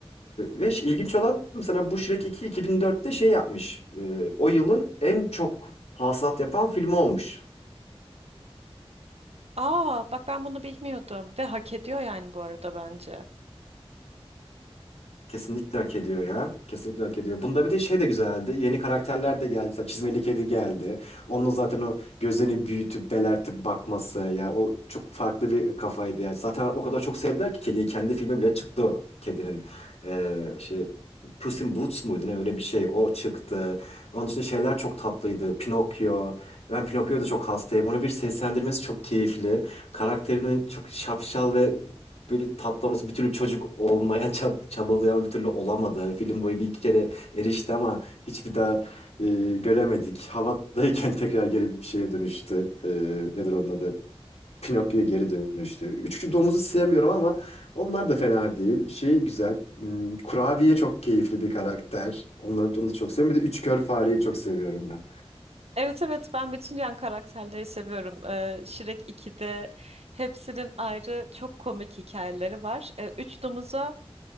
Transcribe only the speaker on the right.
Aa, bak ben bunu bilmiyordum ve hak ediyor yani bu arada bence.
Evet evet ben bütün yan karakterleri seviyorum. Ee, Shrek 2'de hepsinin ayrı çok komik hikayeleri var. Ee, 3 domuza